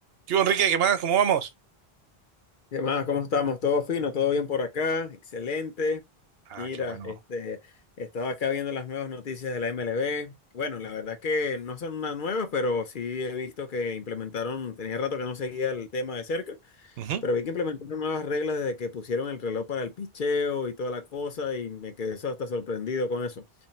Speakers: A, on the right; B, on the left.
A: ¿Qué hubo, Enrique? ¿Qué más? ¿Cómo vamos?
B: ¿Qué más? ¿Cómo estamos? ¿Todo fino? ¿Todo bien por acá? Excelente.
A: Ah,
B: Mira,
A: qué bueno.
B: este, estaba acá viendo las nuevas noticias de la MLB. Bueno, la verdad que no son unas nuevas, pero sí he visto que implementaron, tenía rato que no seguía el tema de cerca,
A: Ujú.
B: pero vi que implementaron nuevas reglas desde que pusieron el reloj para el picheo y toda la cosa, y me quedé so- hasta sorprendido con eso.